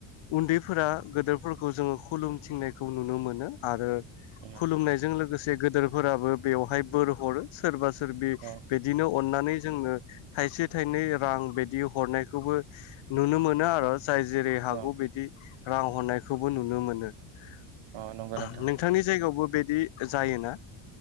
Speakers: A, on the left (about 70°); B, on the right (about 65°).
A: उन्दैफोरा गोदोरफ फोरखौ जोंङो खुलुमथिंनायखौ नुनो मोनो आरो
B: उम
A: खुलुमनायजों लोगोसे गोदोरफोराबो बेवहाय बोर हरो सोरबा सोर सोर बि-बिदिनो
B: अ
A: अननानै जोंनो थाइसे थाइनै रां बायदि हरनायखौबो नुनो मोनो आरो जाय जेरै हागौ
B: अ
A: बिद। राव हरनायखोबो नुनो मोनो। नोंथांनि
B: अ नंगौ नोंथां
A: जायगायावबोब बेयदि। जायोना